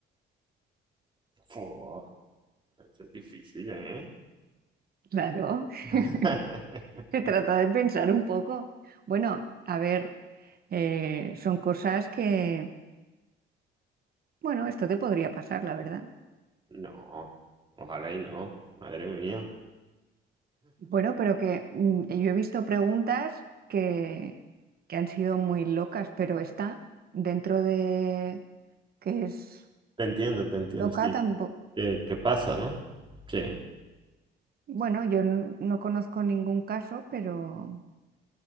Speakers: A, on the right; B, on the right.
A: Fu, esto es difícil, ¿eh?
B: Claro,
A: <laughs>
B: <laughs> se trata de pensar un poco. Bueno, a ver, eh, son cosas que, bueno, esto te podría pasar, la verdad.
A: No, ojalá y no, madre mía.
B: Bueno, pero que mm, yo he visto preguntas que, que han sido muy locas, pero esta, dentro de que es
A: Te entiendo, te entiendo,
B: loca,
A: sí.
B: tampoco.
A: ¿Qué, qué pasa, no? Sí.
B: Bueno, yo n- no conozco ningún caso, pero,